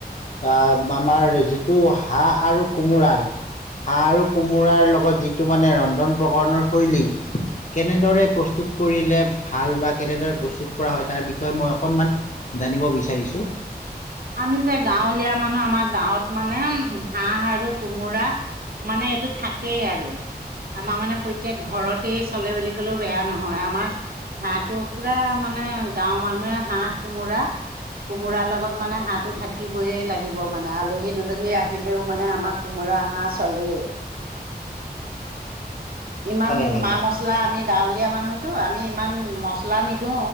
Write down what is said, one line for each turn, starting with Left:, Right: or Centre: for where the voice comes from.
Left: বা। আমাৰ
Right: উম
Left: যিটো হা। হাঁহ আৰু কোমোৰাৰ। হাঁহ আৰু কোমোৰাৰ লগত যি। টো মানে ৰন্ধন প্ৰকৰণৰ শৈলী। কেনেদৰে
Right: উম
Left: প্ৰস্তুত
Right: উম
Left: কৰিলে। ভাল বা কেনেদৰে প্ৰস্তুত কৰা হয় তাৰ বিষয়ে মই অকনমান জানিব বিচাৰিছো।
Right: আমি যে গাঁৱলীয়া মানুহ আমাৰ গাঁৱত মানে ম। হাঁহ আৰু কোমোৰা মানে এইটো থাকেই আৰু আমাৰ মানে প্ৰত্যেক ঘৰতেই চলে বুলি ক'লেও বেয়া নহয় আমাৰ হাঁহটো পুৰা মানে গাঁওৰ মানুহে হাঁহ কোমোৰা কোমোৰাৰ লগত। মানে হাঁহটো থাকিবয়ে লাগিব মানে আলহী -দুলহী আহিলেও মানে আমাৰ কোমোৰা হাঁহ চলেই। ইমান
Left: হয় হয়
Right: মা-
Left: হয়
Right: মছলা আমি গাঁৱলীয়া। মানুহ তো আমি ইমান মছলা নিদো